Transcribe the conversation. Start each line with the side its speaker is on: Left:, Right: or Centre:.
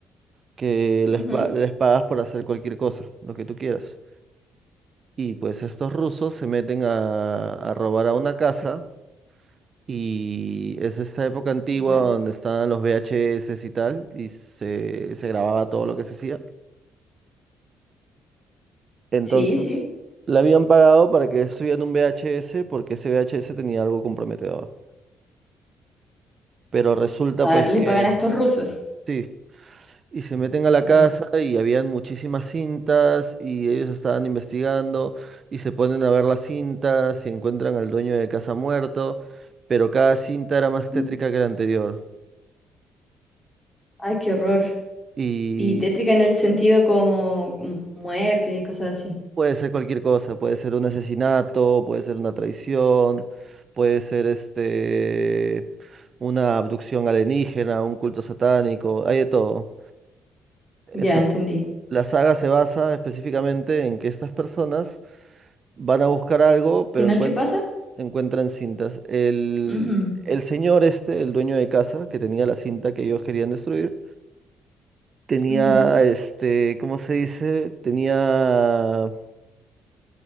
Right: que
Left: Ujú.
Right: les, pa- les pagas por hacer cualquier cosa, lo que tú quieras. Y pues estos rusos se meten a, a robar a una casa y es esta época antigua
Left: ¿Ya?
Right: donde estaban los VHS y tal y se, se grababa todo lo que se hacía. Entonces,
Left: Sí, sí.
Right: le habían pagado para que subieran un VHS porque ese VHS tenía algo comprometedor. Pero resulta
Left: Ah,
Right: pues
Left: le
Right: que...
Left: pagan a estos rusos.
Right: Sí. Y se meten a la
Left: Ya.
Right: casa y habían muchísimas cintas y ellos estaban investigando y se ponen a ver las cintas y encuentran al dueño de casa muerto, pero cada cinta era más
Left: Mm.
Right: tétrica que la anterior.
Left: Ay, qué horror.
Right: Y
Left: Y tétrica en el sentido como, como muerte y cosas así.
Right: puede ser cualquier cosa, puede ser un asesinato, puede ser una traición, puede ser este una abducción alienígena, un culto satánico, hay de todo. Entonces,
Left: Ya, entendí.
Right: la saga se basa específicamente en que estas personas Van a buscar algo, pero
Left: final
Right: encuent-
Left: qué pasa?
Right: encuentran cintas. El,
Left: Ujú,
Right: el señor este, el dueño de casa, que tenía la cinta que ellos querían destruir, tenía,
Left: ujú.
Right: este, ¿cómo se dice? Tenía...